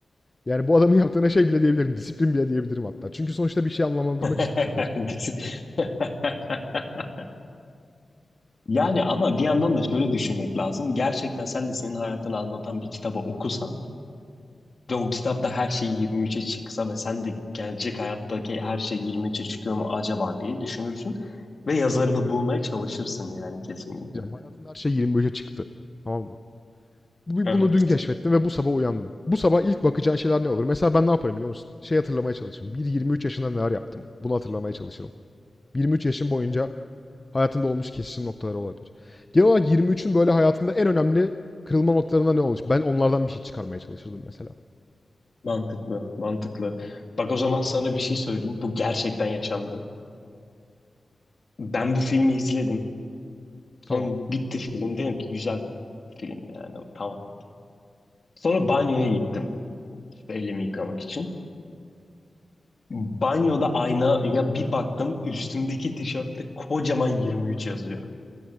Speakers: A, on the left; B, on the left.
A: Yani bu adamın yaptığına şey bile diyebilirim. Disiplin bile diyebilirim hatta. Çünkü sonuçta bir şey anlamlandırmak
B: <laughs>
A: istiyor sadece.
B: Yani ama bir yandan da şöyle düşünmek lazım. Gerçekten sen de senin hayatını anlatan bir kitabı okusan Ve o kitapta her şey 23'e çıksa ve sen de gelecek hayattaki her şey 23'e çıkıyor mu acaba diye düşünürsün. Ve yazarı da bulmaya çalışırsın yani kesinlikle.
A: Peki bir şey diyeceğim. Hayatında her şey 25'e çıktı. Tamam mı? Bu-
B: Evet.
A: Bunu dün keşfettin ve bu sabah uyandın. Bu sabah ilk bakacağın şeyler ne olur? Mesela ben ne yaparım biliyor musun? Şey hatırlamaya çalışırım. Bir 23 yaşında neler yaptım? Bunu hatırlamaya çalışırım. 23 yaşım boyunca hayatında olmuş kesişim noktaları olabilir. Genel olarak 23'ün böyle hayatında en önemli kırılma noktalarında ne olur? Ben onlardan bir şey çıkarmaya çalışırdım mesela.
B: Mantıklı, mantıklı. Bak o zaman sana bir şey söyleyeyim. Bu gerçekten yaşandı. Ben bu filmi izledim. Sonra
A: Tamam.
B: bitti film. Dedim ki güzel bir filmdi yani. Tamam. Sonra banyoya gittim. İşte elimi yıkamak için. Banyoda aynaya bir baktım. Üstümdeki tişörtte kocaman 23 yazıyor.